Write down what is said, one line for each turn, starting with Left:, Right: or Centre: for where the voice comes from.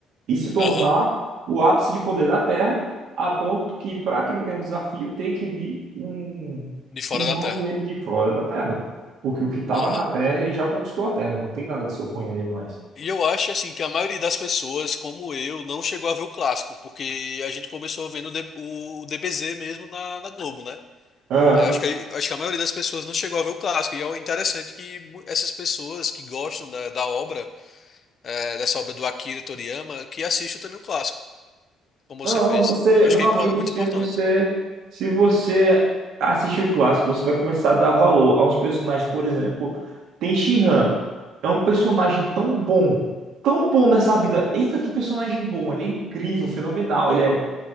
Right: e se tornar
Left: Aham,
Right: o ápice de poder da Terra, a ponto que, para que ele tenha um desafio, tem que vir um
Left: de fora
Right: um irmão
Left: da Terra.
Right: dele de fora da Terra. Porque o que estava
Left: Aham.
Right: na Terra, ele já conquistou a Terra, não tem nada que se oponha a ele mais.
Left: E eu acho assim que a maioria das pessoas, como eu, não chegou a ver o clássico, porque a gente começou vendo o, D- o DBZ mesmo na, na Globo, né?
Right: Aham.
Left: Aí eu acho que, a- acho que a maioria das pessoas não chegou a ver o clássico. E é interessante que mu- essas pessoas que gostam da, da obra, é, dessa obra do Akira Toriyama, que assistem também o clássico, como
Right: Não,
Left: você fez.
Right: você,
Left: Eu
Right: meu
Left: acho que é,
Right: amigo,
Left: impor- é muito
Right: se
Left: importante.
Right: você, se você assistir o clássico, você vai começar a dar valor a uns personagens, por exemplo, tem she É um personagem tão bom, tão bom nessa vida. Eita, que personagem bom! Ele é incrível, fenomenal. Ele é